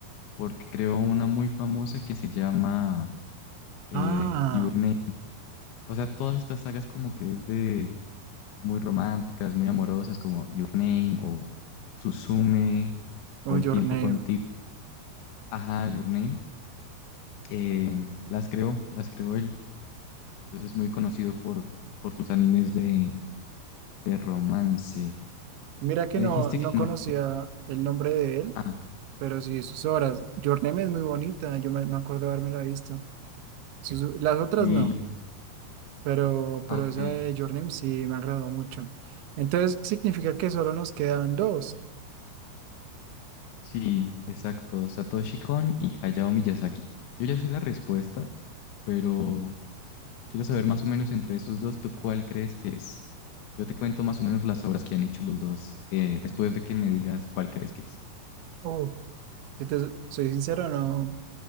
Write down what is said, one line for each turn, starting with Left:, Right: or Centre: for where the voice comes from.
Left: porque creó una muy famosa que se llama eh,
Right: Ah,
Left: Your Name. O sea, todas estas sagas como que es de muy románticas, muy amorosas, como Your Name o Suzume
Right: oh,
Left: o El
Right: Your
Left: tiempo
Right: Name.
Left: contigo. Ajá, Your Name. eh, las creó, las creó él. Entonces es muy conocido por, por sus animes de, de romance.
Right: Mira que
Left: Me
Right: no,
Left: dijiste
Right: no
Left: que
Right: conocía
Left: no. conoces.
Right: el nombre de él,
Left: Ah, ok.
Right: pero sí sus obras. Your Name es muy bonita. Yo me, me acuerdo de haberme la visto. Sus- las otras
Left: Sí,
Right: no. Pero, pero
Left: ah, ok.
Right: esa de Your Name sí me agradó mucho. Entonces significa que solo nos quedan dos.
Left: Sí, exacto. Satoshi Kon y Hayao Miyazaki. Yo ya sé la respuesta, pero quiero saber más o menos entre esos dos, ¿tú cuál crees que es? Yo te cuento más o menos las obras que han hecho los dos, eh, después de que me digas cuál crees que es.
Right: Uf, si te so- soy sincero, no,